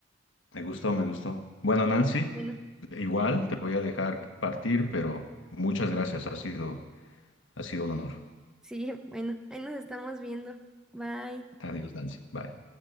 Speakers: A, on the left; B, in the centre.
A: Me gustó, me gustó. Bueno, Nancy,
B: Bueno,
A: igual te voy a dejar partir, pero muchas gracias, ha sido, ha sido un honor.
B: sí, bueno, ahí nos estamos viendo. Bye.
A: Adiós, Nancy. Bye.